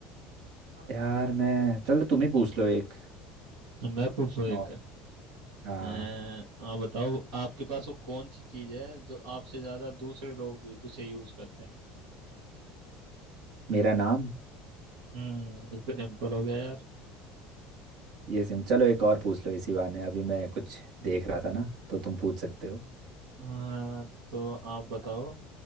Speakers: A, on the right (about 55°); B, on the right (about 75°).
A: यार मैं चलो तुम ही पूछ लो एक
B: <laughs> मैं पूछो एक
A: और
B: अ,
A: हाँ
B: आप बताओ आपके पास वो कौन सी चीज है जो आपसे ज्यादा दूसरे लोग उसे यूज करते हैं
A: मेरा नाम
B: हम्म इस पे टेम्पल हो गया यार
A: ये सिम चलो एक और पूछ लो इसी बहाने अभी मैं कुछ देख रहा था ना तो तुम पूछ सकते हो
B: हाँ तो आप बताओ